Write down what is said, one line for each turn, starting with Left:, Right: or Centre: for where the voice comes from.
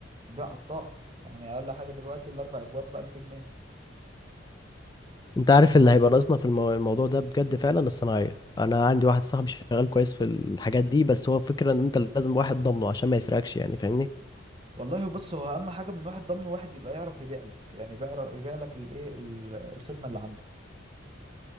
Right: بيع قطاعي يعني اقل حاجة دلوقتي الاربع ابواب بألف جنيه
Left: انت عارف اللي هيبقى ناقصنا في المو... الموضوع ده بجد فعلا الصناعيه انا عندي واحد صاحبي شغال كويس في الحاجات دي بس هو الفكره ان انت لازم واحد ضامنه عشان ما يسرقكش يعني فاهمني
Right: والله بص هو اهم حاجه من واحد ضمن واحد يبقى يعرف يبيع لك يعني بيعرف يبيع لك الايه ال- الخدمه اللي عندك